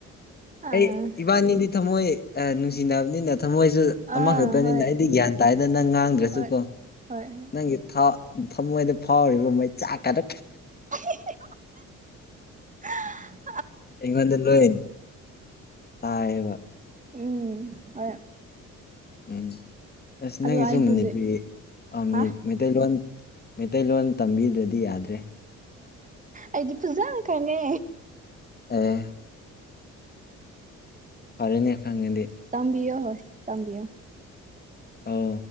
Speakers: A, on the right; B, on the left.
A: ꯑꯥ
B: ꯑꯩ ꯏꯕꯥꯅꯤꯗꯤ ꯊꯃꯣꯏ ꯑ ꯅꯨꯡꯁꯤꯅꯕꯅꯤꯅ ꯊꯃꯣꯏꯁꯨ ꯑꯃꯈꯛꯇꯅꯤꯅ
A: ꯑꯥ ꯍꯣꯏ
B: ꯑꯩꯗꯤ ꯒ꯭ꯌꯥꯟ ꯇꯥꯏꯗꯅ ꯅꯪ ꯉꯥꯡꯗ꯭ꯔꯁꯨꯀꯣ
A: ꯍꯣꯏ ꯍꯣꯏ ꯍꯣꯏ
B: ꯅꯪꯒꯤ ꯊꯥꯎ ꯊꯃꯣꯏꯗ ꯐꯥꯎꯔꯤꯕ ꯃꯩꯆꯥꯛꯀꯥꯗꯣ
A: <unintelligible>
B: ꯑꯩꯉꯣꯟꯗ ꯂꯣꯏ ꯇꯥꯏꯌꯦꯕ꯫
A: ꯎꯝ ꯍꯣꯏ꯫
B: ꯎꯝ ꯑꯁ ꯅꯪꯒꯤꯁꯨ
A: ꯑꯗꯣ ꯑꯩ
B: ꯃꯅꯤꯄꯨꯔꯤ
A: ꯍꯧꯖꯤꯛ
B: ꯑꯥ꯫
A: ꯍꯥ
B: ꯃꯩꯇꯩꯂꯣꯟ ꯃꯩꯇꯩꯂꯣꯟ ꯇꯝꯕꯤꯗ꯭ꯔꯗꯤ ꯌꯥꯗ꯭ꯔꯦ
A: ꯑꯩꯗꯤ ꯐꯖꯅ ꯈꯪꯉꯦ꯫
B: ꯑꯦ ꯐꯔꯦꯅꯦ ꯈꯪꯉꯗꯤ꯫
A: ꯇꯝꯕꯤꯌꯣ ꯍꯣꯏ ꯇꯝꯕꯤꯌꯣ
B: ꯑꯣ